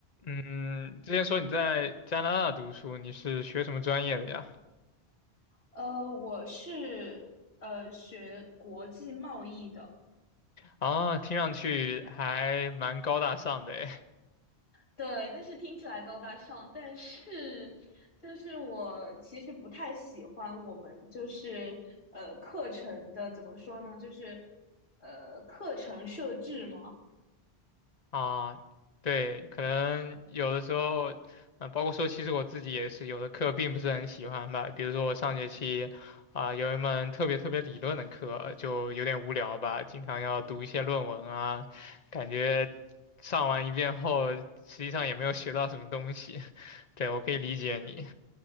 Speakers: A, on the left; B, on the left.
A: 嗯，之前说你在加拿大读书，你是学什么专业的呀？
B: 呃，我是呃学国际贸易的，
A: 啊，听上去还蛮高大上的诶。
B: 对，但是听起来高大上，但是就是我其实不太喜欢我们就是呃课程的怎么说呢，就是呃课程设置嘛，
A: 啊，对，可能有的时候，呃，包括说，其实我自己也是有的课并不是很喜欢吧。比如说我上学期，啊、有一门特别特别理论的课，就有点无聊吧，经常要读一些论文啊，感觉上完一遍后，实际上也没有学到什么东西。<laughs> 对，我可以理解你。